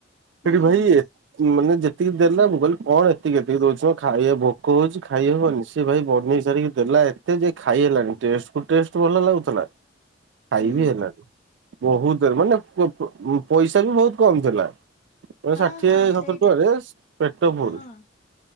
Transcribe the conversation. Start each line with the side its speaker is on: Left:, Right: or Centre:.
Right: ସେଠି
Left: ହୁଁ
Right: ଭାଇ
Left: ହୁଁ
Right: ଏତେ ମାନେ ଯେତେ ଏତିକି ଦେଲା ମୁଁ କହିଲି କଣ ଏତିକି ଏତିକି ଦଉଛି କ ଖାଇବା ଭୋକ ହଉଛି ଖାଇହବନି ସେ ଭାଇ ବନେଇାରିକି ଦେଲା। ହେଲା ଏତେ ଯେ ଖାଇ ହେଲଣି କ ଭଲ ଲାଗୁଥିଲା ଖାଇବି
Left: ହୁଁ
Right: ହେଲାନି। ବହୁତରେ ମାନେ ପଇସା ବି ବହୁତ କମ ଥିଲା।
Left: ହଁ
Right: ଷାଠିଏ
Left: ହଁ
Right: ସତୁରି
Left: ସେଇଟା
Right: ଟଙ୍କାରେ ପେଟ ଫୁଲ।
Left: ହଁ